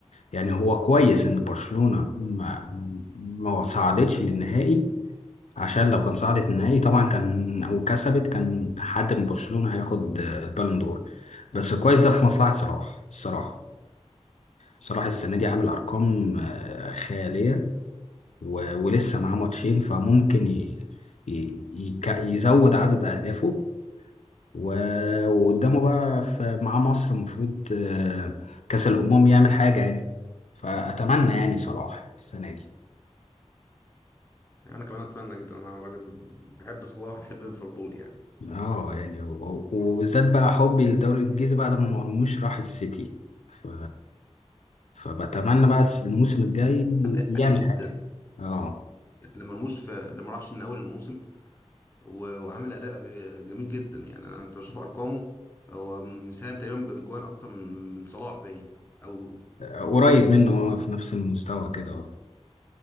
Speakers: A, on the left (about 80°); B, on the left (about 20°).
A: يعني هو كويس ان برشلونه ما ما صعدتش للنهائي عشان لو كان صعدت النهائي طبعا كان او كسبت كان حد من برشلونه هياخد البالون دور بس كويس ده في مصلحه صلاح الصراحه صلاح السنه دي عامل ارقام آه، خياليه و... ولسه معاه ماتشين فممكن ي... ي... يك- يزود عدد اهدافه و- وقدامه بقى في مع مصر المفروض آه، كأس الأمم يعمل حاجة يعني فأتمنى يعني صلاح السنة دي
B: انا كمان اتمنى جدا انا راجل بحب صلاح بحب ليفربول يعني
A: اه يعني و- وبالذات بقى حبي للدوري الإنجليزي بعد ما مرموش راح السيتي ف... فبتمنى بقى الموسم الجاي
B: اداء عالي
A: يعمل
B: جدا
A: حاجة اه
B: اللي مرموش في اللي ما راحش من اول الموسم و- وعامل اداء ج- جميل جدا يعني انا انت بشوف ارقامه هو مساهم تقريبا باجوان اكتر من من صلاح باين او
A: قريب منه آه، في نفس المستوى كده اه